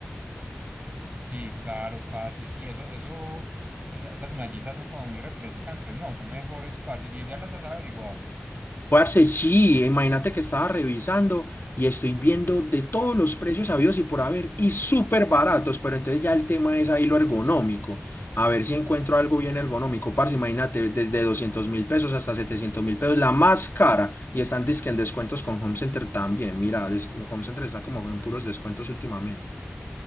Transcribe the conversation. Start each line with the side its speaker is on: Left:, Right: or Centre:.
Right: Sí, claro, parce. Sí, eso, eso, esa- esas mallitas son como muy refrescantes, ¿no? Son mejores, parce. Y ya las has averiguado.
Left: Parce, sí, imagínate que estaba revisando y estoy viendo de todos los precios habidos y por haber y súper baratos, pero entonces ya el tema es ahí lo ergonómico. A ver si encuentro algo bien ergonómico, parce, imagínate, desde doscientos mil pesos hasta setecientos mil pesos, la más cara. Y están dizque en descuentos con Home Center también. Mira, des- Home Center está como en puros descuentos últimamente.